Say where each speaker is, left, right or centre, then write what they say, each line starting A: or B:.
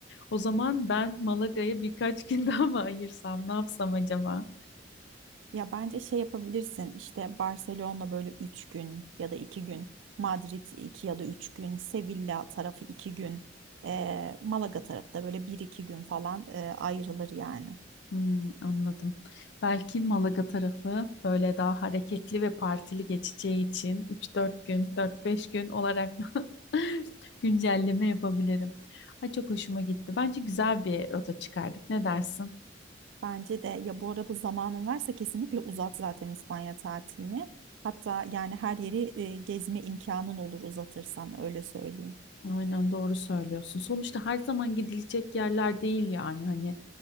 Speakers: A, on the left; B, on the right.
A: O zaman ben Malaga'ya birkaç gün <laughs> daha mı ayırsam, ne yapsam acaba?
B: Ya bence şey yapabilirsin işte Barcelona böyle 3 gün ya da iki gün, Madrid 2 ya da 3 gün, Sevilla tarafı 2 gün, eee, Malaga tarafı da böyle bir 2 gün falan eee, ayrılır yani.
A: Hmm, anladım. Belki Malaga tarafı böyle daha hareketli ve partili geçeceği için üç dört gün, dört beş gün olarak da <laughs> güncelleme yapabilirim. Ay çok hoşuma gitti. Bence güzel bir rota çıkardık. Ne dersin?
B: Bence de ya bu arada zamanın varsa kesinlikle uzat zaten İspanya tatilini. Hatta yani her yeri eee, gezme imkanın olur uzatırsan öyle söyleyeyim.
A: Aynen doğru söylüyorsun. Sonuçta her zaman gidilecek yerler değil yani. Hani